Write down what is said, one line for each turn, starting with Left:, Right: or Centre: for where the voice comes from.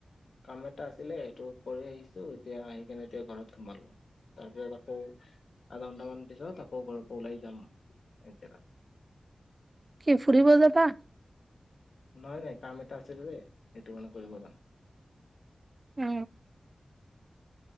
Left: কাম এটা আছিলে সেইটো কৰি আহিছো এতিয়া আহি কিনে এতিয়া ঘৰত সোমালো। তাৰপিছত আকৌ আধা ঘন্টামান পিছত আকৌ ঘৰৰ পৰা ওলাই যাম এক জেগাত
Right: কি ফুৰিব যাবা
Left: নাই নাই কাম এটা আছে যে সেইটো মানে কৰিব যাম
Right: অ